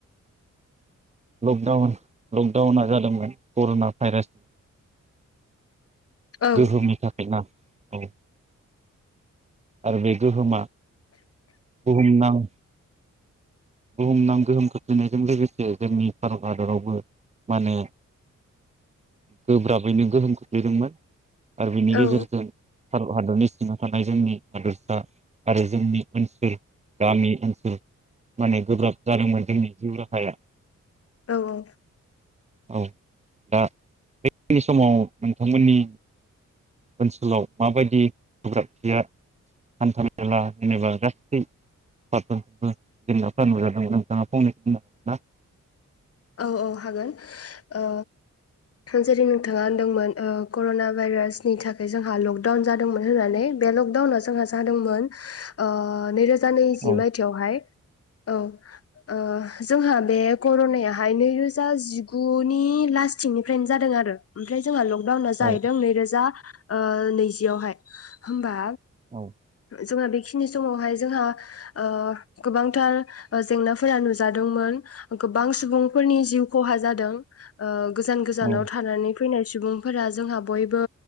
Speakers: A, on the right; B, on the left.
A: लकडाउन लकडाउना जादोंमोन कर'ना भाइरासनि
B: औ
A: गोहोमनि थाखाय ना? औ। आरो बे गोहोमा बुहुमनां बुहुमनां गोहोम खोख्लैनायजों लोगोसे जोंनि भारत हादरावबो माने गोब्राबैनो गोहोम खोख्लैदोंमोन। दा बिनि गेजेरजों
B: औ
A: भारत हादरनि सिङाव थानाय जोंनि हादरसा आरो जोंनि ओनसोल गामि ओनसोल माने गोब्राब जादोंमोन जोंनि जिउ राहाया।
B: औ औ।
A: औ दा बेखिनि समाव नोंथांमोननि ओनसोलाव माबायदि गोब्राबथिया हान्था-मेला जेनेबा गासै <unintelligible> जेंनाफ्रा नुजादोंमोन नोंथाङा फंनै बुंनो हागोन ना?
B: औ औ हागोन। ओ जेरै नों थाङा होनदोंमोन ओ कर'ना भाइरासनि थाखाय जोंहा लकडाउन जादोंमोन होननानै बे लकडाउना जोंहा जादोंमोन अ नैरोजा नैजि
A: औ
B: मायथायावहाय। औ ओ जोंहा बे कर'नाया हाय नै रोजा जिगु नि लासथिंनिफ्रायनो जादों आरो। ओ ओमफ्राय जो जोंहा लकडाउना जाहैदों
A: औ
B: नै रोजा ओ नैजियावहाय होमबा
A: औ।
B: जोंहा बेखिनि समावहाय जोंहा ओ गोबांथार ओ जेंनाफोरा नुजादोंमोन गोबां सुबुं फोरनि जिउ खहा जादों ओ गोजान गोजानाव
A: औ
B: थानानै फैनाय सुबुंफोरा जोंहा बयबो